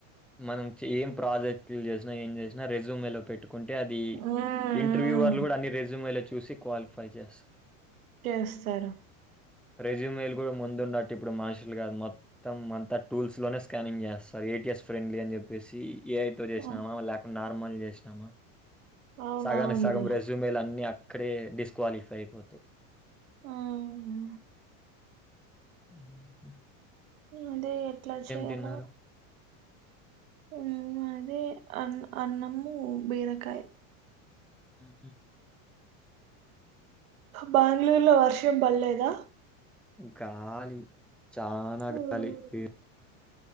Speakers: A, in the centre; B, on the right.
A: మనం ఏం ప్రాజెక్ట్లు చేసినా ఏం చేసినా రెజూమే లో పెట్ ట్టుకుంటే అదీ
B: ఉమ్ ఉమ్,
A: ఇంటర్వ్యూ వాల్లు కూడ అన్ని రెజ్యూమ్ వల్లే చూసి క్వాలిఫై చేస్సరు
B: చేస్తరు
A: రెజ్యూమ్ వెయిల్ కూడ ముందు ఉండట్టు ఇప్పుడు మనుషులు కాదు మొత్ త్తం అంతా టూల్స్ లోనే స్కానింగ్ చేస్తారు ఏటిఎస్ ఫ్రెండ్లీ అని చెప్పేసి ఏఐ తో చేసినమా
B: ఉమ్,
A: లేకుండా నార్మల్ చేసినామా
B: అవునవునులే
A: సగానికి సగం రెజ్యూమ్లు అన్ని అక్కడే డిస్క్వాలిఫై అయిపోతయ్
B: ఆహా
A: ఊహు
B: అదే ఎట్ల చేయాలో
A: తిన్నారు?
B: ఊ అదే అ అన్నమూ బీరకాయ
A: ఊహు
B: బ్యాంగ్లూర్ లో వర్షం పల్లేదా
A: గాలి చానా గాలి
B: ఉమ్.
A: ఏర్